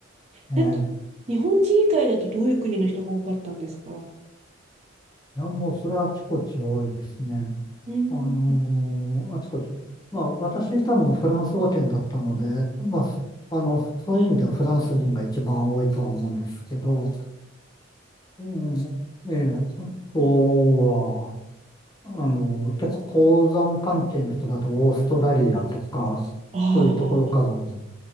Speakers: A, on the left; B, on the right.
A: ね。
B: なんか、日本人以外だとどういう国の人が多かったんですか
A: いや、もうそれはあちこち多いですね。
B: うん。
A: あのーあちこち。まあ、私いたのフランス語圏だったので、まあ、すあの、そういう意味ではフランス人が一番多いとは思うんですけど、
B: あ、
A: うん、ええ、あとは、あの、結構鉱山関係の人だとオーストラリアとか、
B: あ
A: そういうところからも、